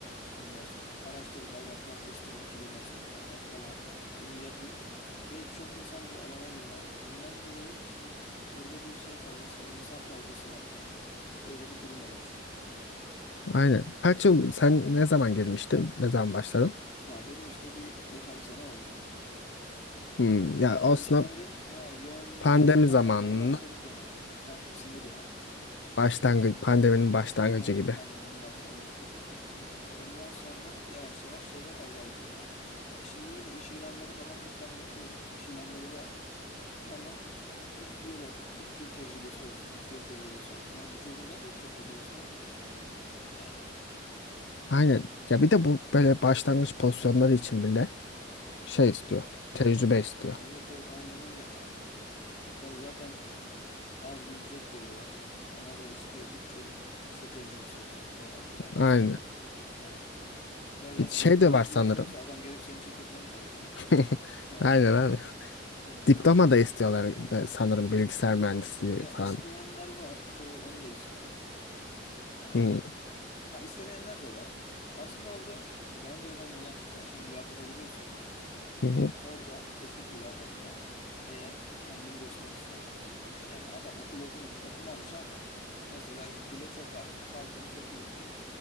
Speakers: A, on the left; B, on the left.
A: Ondan sonra araştırdılar, baklar testerlık gibi meslekler var falan. Bunu yapayım. Ve çok insan bu alana yöneldi. Bundan dolayı şimdi burada bir şey fazlası var. insan fazlası var yani. Öyle bir durum oluştu.
B: Aynen. Kaç yıl sen ne zaman girmiştin? Ne zaman başladın?
A: Ya benim işte bir beş altı sene oldu.
B: Hmm, ya
A: Tam
B: aslında
A: o işlerin ha, yoğunluğunun
B: pandemi
A: azalmaya
B: zamanının
A: başladığı dönemde. Tam sınır yani.
B: başlangıç, pandeminin
A: Aha.
B: başlangıcı
A: Evet,
B: gibi.
A: pandeminin başlangıcı gibi. Ondan sonra yavaş yavaş şeyler azaldı yani. E Şimdi yine iş ilanları falan hep ben bakıyorum. İş ilanları var. Ama hep diyorlar ki 3 yıl tecrübesi olsun, 2 yıl tecrübesi olsun. Ya bu çocuğun nasıl 3 yıl tecrübesi olabilir ki? Yani
B: Aynen. Ya bir de bu böyle başlangıç pozisyonları için bile şey istiyor.
A: Evet.
B: Tecrübe istiyor.
A: evet evet aynen öyle yani. Ya zaten az bir ücret veriyorlar. Ona da istiyor 3 yıl işte tecrübesi olsun falan filan olsun.
B: Aynen.
A: Yani ya zaten
B: Bir şey
A: 3 yıl
B: de
A: tecrübesi
B: var sanırım.
A: olsa adam gelip senin şirketinde mi çalışır yani?
B: <laughs>
A: Yani
B: Aynen abi.
A: <laughs> evet.
B: Diploma da istiyorlar e, sanırım bilgisayar mühendisliği
A: Ya
B: falan.
A: isteyenler var. Çoğu onu da istiyor. Ha
B: Hı,
A: ha, istemeyenler de var. Aslında orada bence önemli olan şu. Sen şimdi mülakata giriyorsun ya.
B: hı, hı,
A: Orada teknik mülakatta eğer kendini gösterirsen yani adam okul okumuyor, okumamış ama mesela işte dile çok hakim. Python'ı çok iyi biliyor.